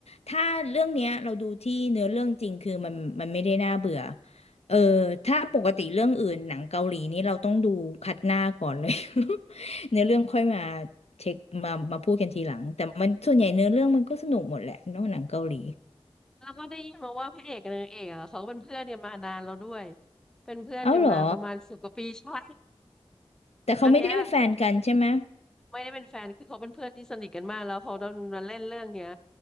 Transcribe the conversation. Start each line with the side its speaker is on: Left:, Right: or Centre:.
Left: ถ้าเรื่องเนี้ยเราดูที่เนื้อเรื่องจริงคือมันมันไม่ได้น่าเบื่อเออถ้าปกติเรื่องอื่นหนังเกาหลีนี่เราต้องดูคัดหน้าก่อนเลย
Centre: อืม
Left: <laughs> เนื้อเรื่องค่อยมาเช็คมามาพูดกันทีหลังแต่มันส่วนใหญ่เนื้อเรื่องมันก็สนุกหมดแหละเนอะหนังเกาหลี
Centre: แล้วก็ได้ยินมาว่าพระเอกกับนางเอกอ่ะเขาเป็นเพื่อนกันมานานแล้วด้วยเป็นเพื่อนกันมาประมาณสิบกว่าปีใช่
Left: เอาเหรอแต่เขาไม่ได้เป็นแฟนกันใช่ไหม
Centre: อันเนี้ย ไม่ได้เป็นแฟน คือเขาเป็นเพื่อนที่สนิทกันมากแล้วเขาดันมาเล่นเรื่องเนี้ย